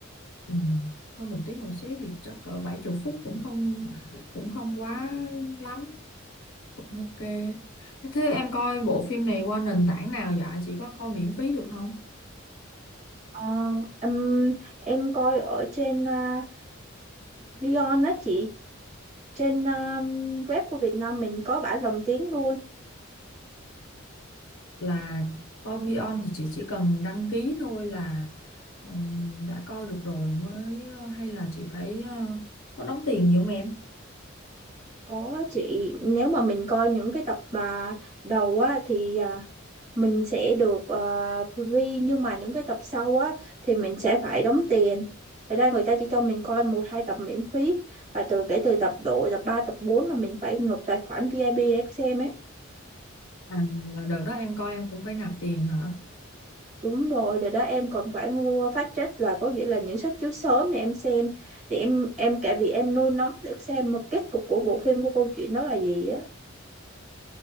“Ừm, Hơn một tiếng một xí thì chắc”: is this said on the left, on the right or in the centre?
Left